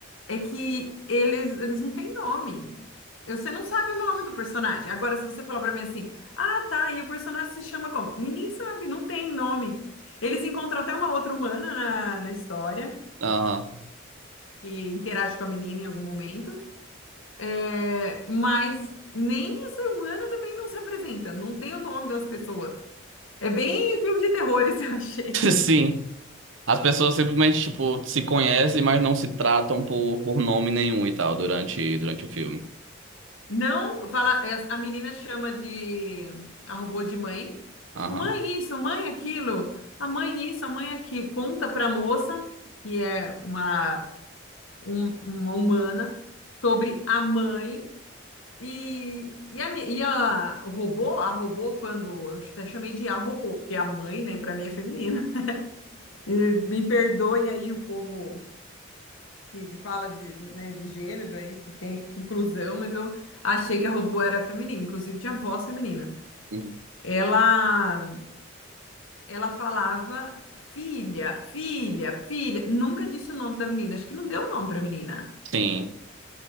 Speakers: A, on the left; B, on the right.
A: É que eles, eles não têm nome. Eu- Você não sabe o nome do personagem. Agora, se você falar pra mim assim, ah, tá, e o personagem se chama como? Ninguém sabe, não tem nome. Eles encontram até uma outra humana na, na história
B: Aham.
A: que interage com a menina em algum momento, é, mas nem essa humana também não se apresenta, não tem o nome das pessoas. É bem filme de terror, <laughs> isso eu achei.
B: <laughs> Sim. As pessoas simplesmente, tipo, se conhecem, mas não se tratam por, por nome nenhum e tal durante, durante o filme.
A: Não, fala, essa- a menina chama de a robô de mãe.
B: Aham.
A: "Ô, Mãe isso, mãe aquilo, a mãe isso, a mãe aquilo. Conta para a moça, que é uma, um- uma humana, sobre a mãe E, e, a, mi- e a o robô, a robô, quando eu até chamei de a robô, porque a mãe, né, para mim é feminina. E me perdoem aí o povo que, que fala de, né, de gênero aí, que tem inclusão, mas eu achei que a robô era feminina, inclusive tinha voz feminina.
B: Uhum.
A: Ela, ela falava filha, filha, filha, nunca disse o nome da menina, acho que não deu o nome para menina.
B: Sim.